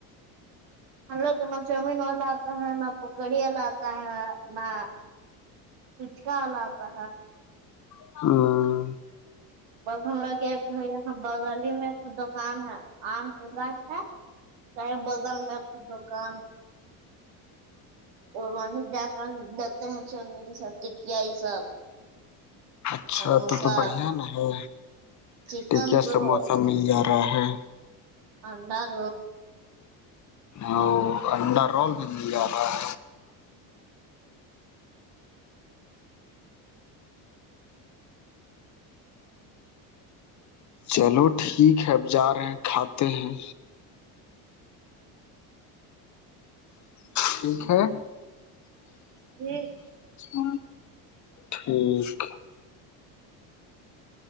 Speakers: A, on the right; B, on the left.
A: ہم لوگ کا نہ چاؤمین والا آتا ہے نہ پکڑی والا آتا ہے نہ کچ کا حال آتا ہے
B: <unintelligible>
A: ب ہم لا کے ایکٹ یہ بغل ہی میں ایک دکان ہے آم کے گاچھ ہے ساحب بغل میں دکان وہیں جا کر لگتے ہیں چین سب ٹکیا یہ سب
B: اچھا
A: سموسہ
B: تو تو بڑھیا نا ہے
A: چکن
B: ٹیکیا
A: رول
B: سموسہ مل جا رہا ہے
A: اڈار
B: ا انڈا رول بھی مل جاتا ہے چلو ٹھیک ہے اب جا رہے ہیں کھاتے ہیں ٹھیک ہے
A: یہ
B: ہ ٹھیک